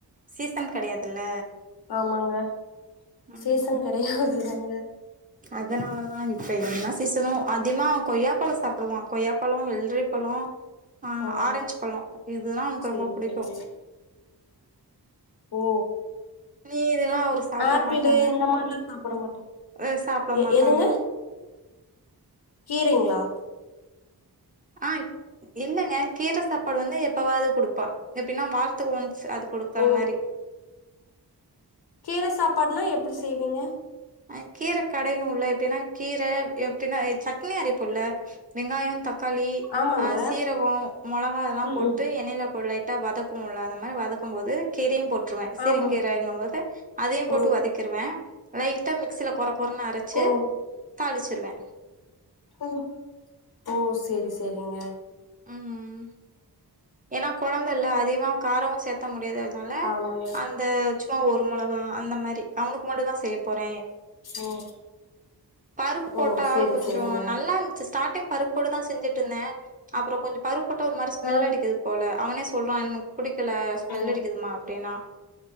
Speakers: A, on the right (about 20°); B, on the left (about 65°).
A: சீசன் கெடையாதுல்ல
B: ஆமாங்க
A: ம்
B: சீசன் கெடையாது தாங்க
A: அதனாலதா இப்ப என்ன சீசனோ அதிமா கொய்யாபழ சாப்பிடுவா கொய்யா பழோ வெள்ரி பழோ ஆ
B: ஓ
A: ஆரஞ்சு பழ இதுதா அவனக்கு
B: செரி
A: ரொம்ப புடிக்கு
B: செரிங்க ஓ
A: மீதில்லா அவரு சாப்ட
B: ஆப்பிளு
A: மாட்டாங்க
B: இந்த மாரிலா சாப்பிட மாட்டா
A: அ சாப்ட
B: எ
A: மாட்டாங்க
B: எதுங்க கீரைங்களா
A: ஆ இல்லங்க கீர சாப்பாடு வந்து எப்பவாவது குடுப்பா எப்டின்னா வாரத்தக்கு ஒன்ஸ் அது குடுக்குற
B: ஓ
A: மாரி
B: கீர சாப்பாடுனா எப்டி செய்வீங்க
A: அ கீர கடைவோல எப்டினா கீர எப்டினா எ சட்னி அரைப்போல்ல வெங்காயம் த க்காளி
B: ஆமாங்க
A: ஆ சீரக மிளகா அதெல்லா
B: ம்
A: போட்டு
B: ம்
A: எண்ணெயில பொருள டா வதக்குவோல அந்த மாரி வதக்கு போது கீரையு போட்டுருவே சிறுங்கீரைங்கம்
B: ஆமாங்க
A: போது அதையு போட்டு
B: ம்
A: வத க்கிருவே லைட்டா மிக்சில குர குரன்னு அரச்சு
B: ஓ
A: தாளிச்சிருவே
B: ம் ஓ சேரி சேரிங்க
A: ம் ஏனா கொழந்தல அதிகமா காரமு சேத்த முடியாது அதுனால
B: ஆமாங்க
A: அந்த சு ம்மா ஒரு மொளகா அந்த மாரி அவனுக்கு மட்டு தா செய்ய போறே
B: ஓ
A: பருப்பு போட்டா
B: ஓ சேரி
A: கொஞ்ச
B: சேரிங்க
A: நல்லா இருந்துச்சு ஸ்டார்ட்டிங் பருப் போட்டு தா செஞ்சுட்டு இருந்தே அப்பற கொஞ்ச பருப்பு போட்டா ஒரு மாரி ஸ்மெல்
B: ஆ
A: அடிக்கிது போல அவனே சொல்றா எனக் பிடிக்கல ஸ்மெல்
B: ஓ
A: அடிக்குதுமா அப்டின்னா